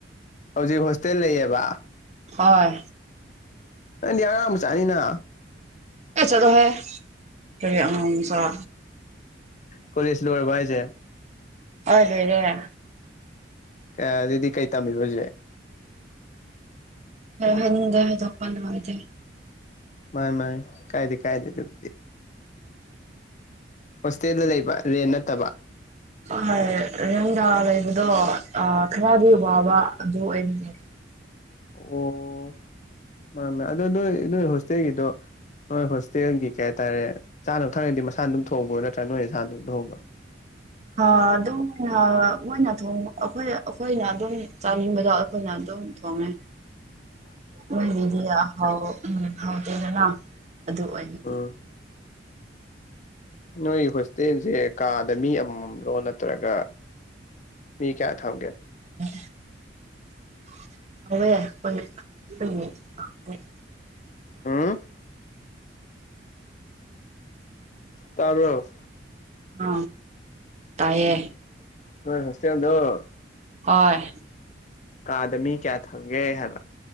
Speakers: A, on the left (about 40°); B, on the right (about 40°).
A: ꯍꯧꯖꯤꯛ ꯍꯣꯁꯇꯦꯜ ꯂꯩꯌꯦꯕ
B: ꯍꯣꯏ
A: ꯅꯗꯤ ꯑꯉꯥꯡꯕ ꯆꯥꯅꯤꯅ
B: ꯑꯦ ꯆꯠꯂꯣꯍꯦ ꯀꯔꯤ ꯑꯉꯥꯡ ꯃꯆꯥ
A: ꯀꯁꯣ ꯏꯁꯦ
B: ꯍꯗꯣꯏꯔꯦ
A: ꯑꯗꯨꯗꯤ ꯀꯩ ꯇꯝꯃꯤ ꯍꯧꯁꯦ
B: ꯈꯔ ꯍꯥꯏꯅꯤꯡꯗꯦ ꯍꯥꯏꯗꯣꯛꯄ ꯅꯨꯡꯉꯥꯏꯇꯦ
A: ꯃꯥꯥꯏ ꯃꯥꯥꯏ ꯀꯥꯏꯗꯤ ꯀꯥꯏꯗꯗꯤꯗꯤ ꯍꯣꯁꯇꯦꯜꯗ ꯂꯩꯕ ꯔꯦꯟ ꯅꯠꯇꯕ
B: ꯍꯣꯏ ꯔꯍꯟꯒꯥ ꯂꯩꯕꯗꯣ ꯈꯔꯗꯤ ꯋꯥꯕ ꯑꯗꯨ ꯑꯣꯏꯕꯅꯦ
A: ꯑꯣ ꯃꯥ ꯑꯗꯨꯗ ꯑꯗꯨ ꯏ ꯍꯁꯦꯒꯤꯣ ꯍꯣꯏ ꯍꯣꯁꯇꯦꯜꯒꯤ ꯀꯩ ꯍꯥꯏꯇꯥꯔꯦ ꯆꯥꯅꯕ ꯊꯛꯉꯗꯤ ꯃꯁꯥ ꯑꯗꯨꯝ ꯊꯣꯛꯍꯧꯕꯣ ꯅꯠꯇ꯭ꯔꯥ ꯅꯣꯏ ꯅꯁꯥꯅ ꯑꯗꯨꯝ ꯇ ꯊꯣꯛꯍꯧꯕ <inaudible>
B: ꯑꯗꯨꯝꯅ ꯃꯣꯏꯅ ꯊꯣꯡ ꯑꯩꯈꯣꯏ ꯑꯩꯈꯣꯏꯅ ꯑꯗꯨꯝ ꯆꯥꯅꯤꯡꯕꯗꯣ ꯑꯩꯈꯣꯏꯅꯝ ꯊꯣꯡꯉꯦ
A: ꯑ
B: ꯃꯣꯏꯒꯤꯗꯤꯍꯥꯎ ꯎ ꯍꯥꯎꯗꯦꯗꯅ ꯑꯗꯨ ꯑꯣꯏꯕꯒꯤ
A: ꯎꯝ ꯅꯣꯏ ꯍꯣꯁꯇꯦꯜꯁꯦ ꯀꯥꯗ ꯃꯤ ꯑꯃꯃꯝꯂꯣ ꯅꯠꯇ꯭ꯔꯒ ꯃꯤ ꯀꯌꯥ ꯊ ꯑꯣꯒꯦ
B: ꯑꯣꯋꯦ
A: ꯑꯝ ꯇꯥꯔꯣ
B: ꯑ ꯇꯥꯏꯌꯦ
A: ꯅꯣꯏ ꯍꯁ ꯌ ꯑꯗꯨ
B: ꯍꯣꯏ
A: ꯀꯥꯗꯃꯤ ꯀꯌꯥ ꯊꯒꯦ ꯍꯥꯏꯕ